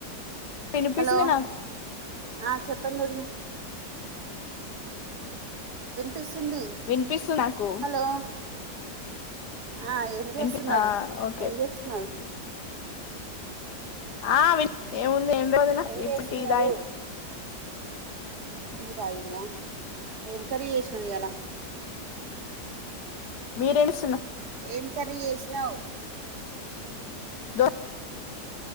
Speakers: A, on the left (about 70°); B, on the right (about 65°).
A: వినిపిస్తుంది
B: హలో
A: నాకు
B: ఆ చె పండి వదినా పిస్తుంది
A: వినిపిస్తుంది నాకు
B: హలో ఆ ఏం చేస్తున్నారు
A: వినిపి ఆ ఓకే
B: ఏం చేస్తున్నారు
A: ఆ వి నందిన
B: ఏం
A: ఈప్పుటి
B: చేస్తున్నారు
A: ఇదాయం
B: తీటీదయిలా ఏమ్ కరీ చేసినవ్ ఇయాల
A: మీరేడుస్తున్నా
B: ఏం కర్రీ చేసినవ్
A: దా